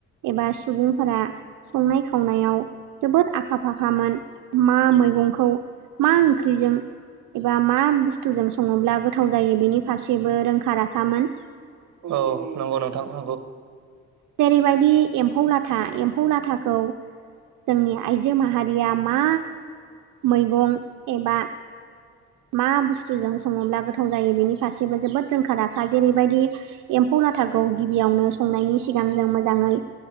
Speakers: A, on the right; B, on the right.
A: एबा सुबुंफोरा संनाय खावनायाव जोबोद आखा फाखामोन मा मैगंखौ मा ओंख्रिजों एबा मा बुस्थुजों सङोब्ला गोथाव जायो बेनि फारसेबो रोंखा राखामोन।
B: औ नंगौ नोंथां नंगौ
A: जेरैबायदि एम्फौ लाथा एम्फौ लाथाखौ जोंनि आइजो माहा रिया मा मैगं एबा मा बुस्थुजों सङोब्ला गोथाव जायो बेनि फारसेबो जोबोद रोंखा राखा जेरैबायदि एम्फौ लाथाखौ गिबियावनो संनायनि सिगां जों मोजाङै